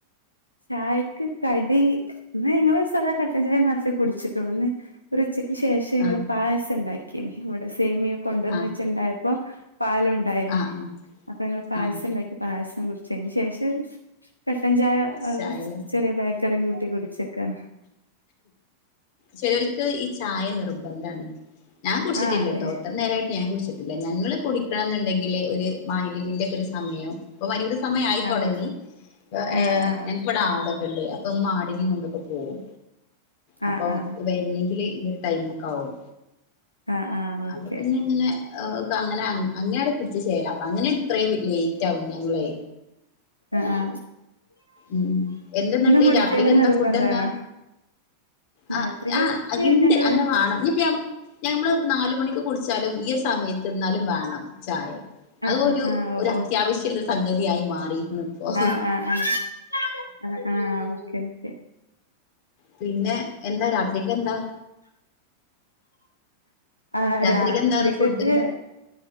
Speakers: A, on the left; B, on the left.
A: ചായക്ക് കടി ഇന്ന് ഞങ്ങള് സാദാ കട്ടൻ ചായ മാത്രേ കുടിച്ചിട്ടുള്ളൂ. ഇന്ന് ഒരു ഉച്ചക്ക് ശേഷം ങ്ങള്
B: ആഹ്
A: പായസം ഉണ്ടാക്കി. ഇവിടെ സേമിയോ കൊണ്ടോന്ന്
B: ആഹ്
A: വെച്ചിണ്ടായപ്പോ പാലുണ്ടായിന്
B: ആഹ് ആഹ്
A: അപ്പൊ ങ്ങള് പായസം
B: ആഹ്
A: ഉണ്ടാക്കി. പായസം കുടിച്ചതിന് ശേഷം കട്ടൻചായ ഏഹ്
B: ചായല്ലേ
A: ചെറിയ ബേക്കറി കൂട്ടി കുടിച്ചക്കാണ്.
B: ചെലോൾക്ക് ഈ ചായ നിർബന്ധണ്. ഞാൻ കുടിച്ചട്ടില്ലട്ടോ
A: ആഹ് അതെ
B: ഇത്ര നേരായിട്ട് ഞാൻ കുടിച്ച ട്ടില്ല. ഞങ്ങള് കുടിക്കണം ന്നുണ്ടെങ്കില് ഒരു മഹരിബിന്റെ ഒക്കെ ഒരു സമയം ഇപ്പൊ മരിബ്ന്റെ സമയായിത്തൊടങ്ങി
A: ആഹ് ആഹ്
B: ഏഹ്
A: ആഹ്
B: ഞങ്ങ്ക്ക് ഇവിടെ ആടൊക്ക ഉണ്ട്, അപ്പൊമ്മാ ആടിനയും കൊണ്ടൊക്കെ പോവും.
A: ആഹ്
B: അപ്പൊ
A: ആഹ്
B: വരുന്നെങ്കില് ഈ ടൈമക്ക ആവും.
A: ആഹ് ആഹ്
B: അപ്പൊ
A: ഓക്കെ
B: പിന്നെ ഇങ്ങനെ അങ്ങനെ അങ്ങാട് കുടിച്ച് ചേലാകും. അങ്ങനെ ഇത്രയും ലേറ്റ് ആകും ഞങ്ങളെ.
A: ആഹ് ആ.
B: ഉം എന്തെന്നിട്ട്
A: കുടിക്കല്
B: രാത്രിക്ക് എന്താ
A: നിർബന്ധാണോ
B: ഫുഡ് എന്താ? ആ
A: രാത്രികക്ക്
B: ആഹ് ഇണ്ട്
A: ഞങ്ങള്
B: അങ്ങനെ വാണെങ്കി <unintelligible> ഞമ്മള് നാല് മണിക്ക് കുടിച്ചാലും, ഈ സമയത്ത്ന്നാലും വേണം ചായ. അതൊരു
A: ആഹ് ആഹ് ആഹ് ഓ
B: ഒരു അത്യാവശ്യുള്ള
A: ഓ
B: സംഗതിയായി മാറിയിക്ണ് ഇപ്പോ.
A: ആഹ് ആഹ് ആഹ് ആഹ് ആ ഓക്കെ ഓക്കേ.
B: പിന്നെ എന്താ രാത്രിക്ക് എന്താ?
A: ആ
B: രാത്രിക്ക്
A: രാത്രിക്കക്ക്‌
B: എന്താണ് ഫുഡ് എന്താ